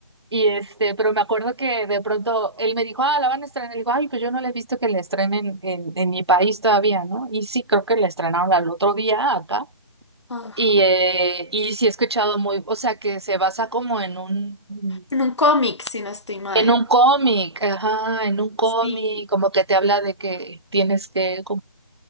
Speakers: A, on the right; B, on the left.
A: Y este, pero me acuerdo que de pronto él me dijo, ah, la van a estrenar. Y digo, ay, pues yo no la he visto que la estrenen en, en mi país todavía, ¿no? Y sí, creo que la estrenaron al otro día acá.
B: Ajá.
A: Y, eh, y sí he escuchado muy, o sea, que se basa como en un,
B: En un cómic, si no estoy mal.
A: en un cómic, ajá, en un cómic,
B: Sí.
A: como que te habla de que tienes que, como-